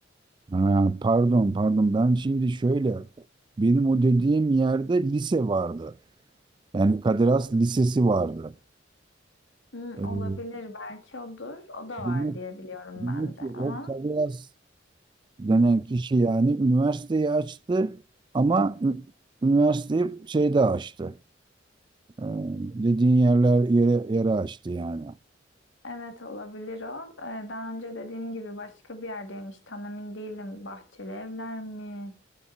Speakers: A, on the right; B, on the left.
A: Ha, pardon pardon ben şimdi şöyle benim o dediğim yerde lise vardı. Yani Kadir Has Lisesi vardı.
B: Hmm,
A: Ee,
B: olabilir belki odur. O da
A: demek,
B: var diye biliyorum
A: demek
B: ben de
A: ki
B: ama
A: o Kadir Has denen
B: Hı hı.
A: kişi yani üniversiteyi açtı ama ü- üniversiteyi şeyde açtı. Ee, dediğin yerler yere, yere açtı yani.
B: evet olabilir o. Ee, daha önce dediğim gibi başka bir yerdeymiş. Tam emin değilim. Bahçeli evler mi?